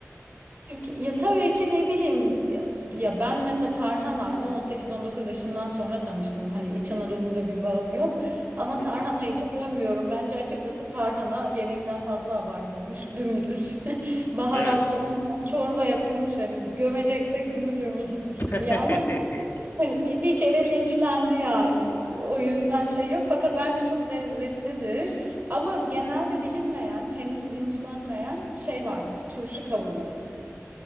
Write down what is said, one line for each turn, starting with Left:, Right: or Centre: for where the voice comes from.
Right: Çünkü ya tabii ki ne bileyim ya, ya ben mesela Tarhana'yla 18-19 yaşımdan sonra tanıştım. Hani İç Anadolu'yla bir bağım yok ama
Left: <laughs>
Right: Tarhana'yı da gömüyorum. Bence açıkçası Tarhana gereğinden fazla abartılmış, dümdüz, <laughs> baharatlı
Left: Evet.
Right: un çorba yapılmış hani gömeceksek bunu gömelim <laughs>
Left: <laughs>
Right: diye ama Hani bir, bir kere linçlendi yani. O yüzden şey yok fakat bence çok lezzetlidir. Ama genelde bilinmeyen, henüz linçlenmeyen şey vardır. Turşu kavurması.